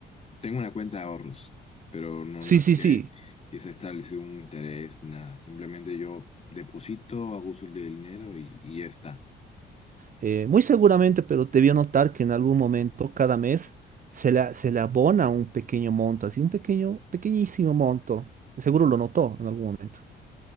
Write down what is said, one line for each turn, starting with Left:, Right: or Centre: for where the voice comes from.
Left: Tengo una cuenta de ahorros, pero no,
Right: sí,
Left: no es
Right: sí,
Left: que,
Right: sí.
Left: que se ha establecido un interés, nada. Simplemente yo deposito, hago uso del dinero y, y ya está.
Right: eh, muy seguramente, pero debió notar que en algún momento, cada mes, se le, se le abona un pequeño monto, así un pequeño, pequeñísimo monto. Seguro lo notó en algún momento.